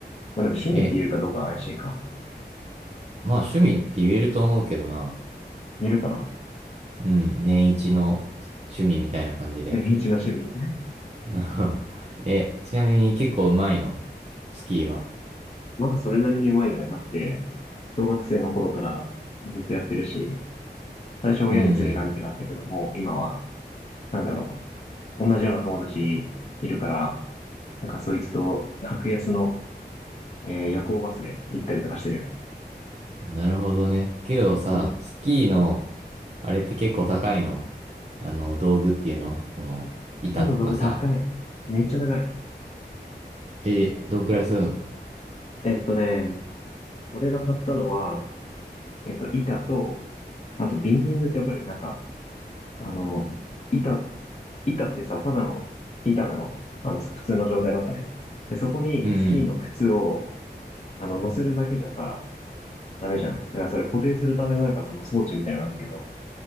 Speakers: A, on the left; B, on the right.
A: まあでも趣味って言うかどうか怪しいか。
B: え、まあ趣味って言えると思うけどな。
A: 言えるかな
B: うん、年一の趣味みたいな感じで。
A: <laughs> 年一の趣味。
B: うん <laughs> え、ちなみに結構うまいのスキーは。
A: まあそれなりにうまいよね。だって、小学生の頃からずっとやってるし、最初親に連れられてだったけど、
B: うん、
A: もう今は、なんだろう。同じような友達いるから、なんかそいつと格安の、えー夜行バスで行ったりとかしてる。
B: なるほどね。けどさ、
A: うん。
B: スキーの、あれって結構高いのあの、道具っていうのその、板とかさ。
A: 木の道具高い。めっちゃ高い。
B: え、どんくらいするの
A: えっとね、俺が買ったのは、えっと、板と、あと、ビンディングってわかるなんか、あの、板、板ってさ、ただの板なの。あの、普通の状態だとね。で、そこにスキーの靴を、
B: うんうん。
A: あの、乗せるだけじゃさ、ダメじゃん。だからそれ固定するためのなんかその装置みたいなのなんだけど、